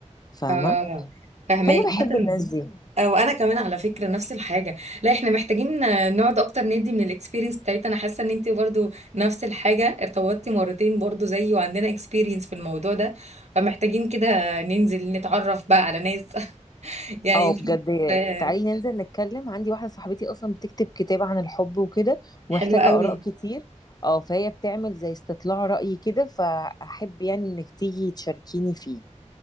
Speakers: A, on the left; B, on the right.
A: فاهمه
B: اه فهماك
A: فانا
B: عامة
A: بحب الناس دي
B: آه، وانا كمان على فكره نفس الحاجه لا احنا محتاجين آه، نقعد اكتر ندي من الاكسبيرينس بتاعتنا انا حاسه ان انت برضو نفس الحاجه ارتبطتي مرتين برضو زيي وعندنا اكسبيرينس في الموضوع ده فمحتاجين كده ننزل نتعرف بقى على ناس <laughs> يعني
A: اه بجد
B: آه،
A: تعالي ننزل نتكلم عندي واحدة صاحبتي اصلا بتكتب كتاب عن الحب وكده ومحتاجة
B: حلوه قوي
A: اراء كتير اه فهي بتعمل زي استطلاع رأي كده فاحب يعني انك تيجي تشاركيني فيه